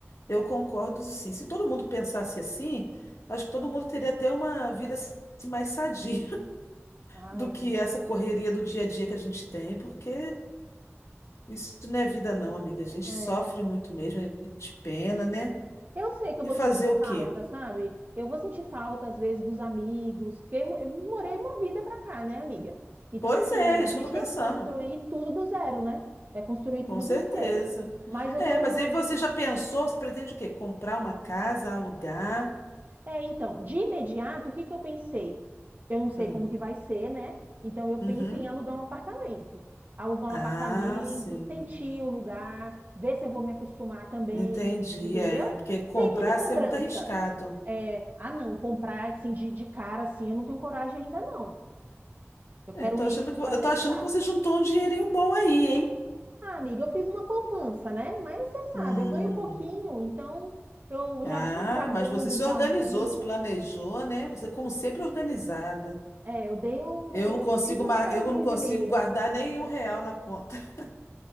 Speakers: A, on the left; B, on the right.
A: eu concordo, sim. Se todo mundo pensasse assim, acho que todo mundo teria até uma vida assim, mais sadia
B: Ai,
A: do que
B: amiga.
A: essa correria do dia a dia que a gente tem, porque isso não é vida, não, amiga. A gente
B: É.
A: sofre muito mesmo, a gente pena, né?
B: Eu sei que eu
A: E
B: vou
A: fazer
B: sentir
A: o
B: falta,
A: quê?
B: sabe? Eu vou sentir falta, às vezes, dos amigos, porque eu, eu morei uma vida pra cá, né, amiga? Então,
A: Pois
B: assim,
A: é, é isso
B: a gente
A: que eu tô pensando,
B: tem que construir tudo do zero, né? É construir
A: com
B: tudo
A: certeza.
B: do zero. Mas eu
A: É,
B: tô.
A: mas aí você já pensou, você pretende o quê? Comprar uma casa, alugar?
B: É, então, de imediato, o que que eu pensei? Eu não sei
A: Hum.
B: como que vai ser, né? Então, eu penso
A: Uhum.
B: em alugar um apartamento. Alugar
A: Ah,
B: um apartamento,
A: sim.
B: sentir o lugar, ver se eu vou me acostumar também,
A: Entendi,
B: entendeu?
A: é, porque comprar
B: Sem muita cobrança.
A: assim é muito arriscado.
B: É, ah, não, comprar assim de, de cara assim, eu não tenho coragem ainda não. Eu quero
A: É, eu tô achando
B: ir mesmo
A: que, eu
B: para testar.
A: tô achando que você juntou um dinheirinho bom aí, hein?
B: Ah, amiga, eu fiz uma poupança, né? Mas você
A: Hum.
B: sabe, eu ganho um pouquinho, então eu
A: Ah,
B: já vinha guardando
A: mas você se
B: já
A: organizou,
B: há um tempo.
A: se planejou, né? Você, como sempre, organizada.
B: É, eu dei um,
A: Eu
B: eu
A: não consigo,
B: fiz um
A: ma-
B: pezinho
A: eu não consigo
B: de meia.
A: guardar nem um real na conta. <laughs>